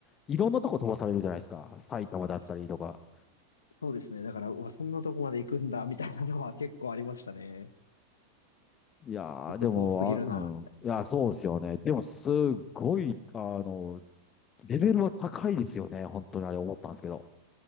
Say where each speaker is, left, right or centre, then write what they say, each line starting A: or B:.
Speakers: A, on the left (about 25°); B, on the left (about 70°).
A: いろんなとこ飛ばされるじゃないですか、埼玉だったりとか。
B: <laughs> そうですね。だから、うわ、そんなとこまで行くんだ、みたいなのは結構ありましたね。
A: いやー、
B: ちょっと遠すぎるな、
A: でも、あ、うん。
B: みたい
A: いや、そうですよね。でも、すっごい、あの、レベルは高いですよね。本当にあれ思ったんですけど。